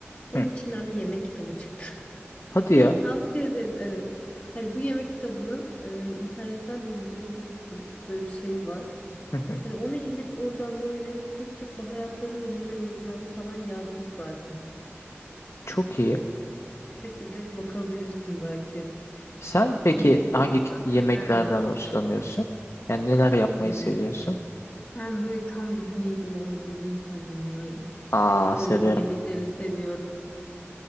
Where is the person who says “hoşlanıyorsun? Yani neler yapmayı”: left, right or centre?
Left